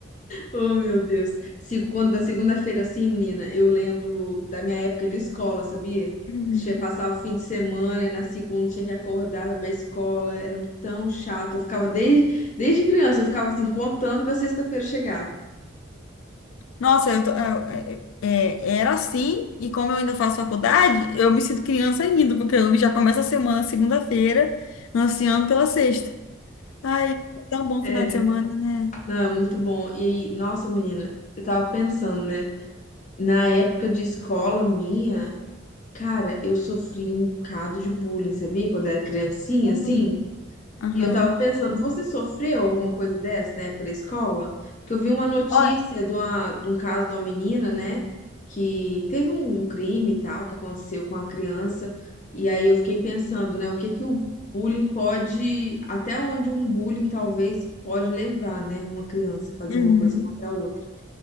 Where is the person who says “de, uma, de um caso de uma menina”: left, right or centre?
Left